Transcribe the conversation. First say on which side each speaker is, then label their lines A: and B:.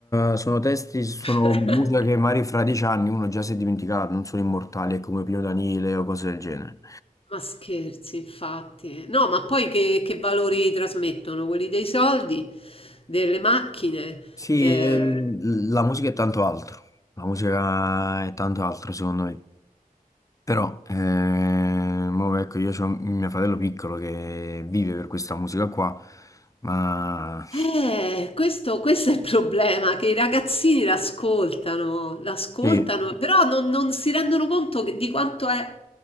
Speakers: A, on the left; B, on the left.
A: eh, sono testi, sono
B: <laughs>
A: musica che magari fra dieci anni uno già si è dimenticato, non sono immortali, è come Pino Danile o cose del genere.
B: Ma scherzi, infatti. No, ma poi che, che valori trasmettono? Quelli dei soldi, delle macchine.
A: Sì,
B: eh,
A: eh, la musica è tanto altro, la musica è tanto altro secondo me. Però, eh, mo ecco, io ho mio fratello piccolo che vive per questa musica qua, ma
B: Eh, questo, questo è il problema, che i ragazzini l'ascoltano, l'ascoltano,
A: sì,
B: però non, non si rendono conto che- di quanto è,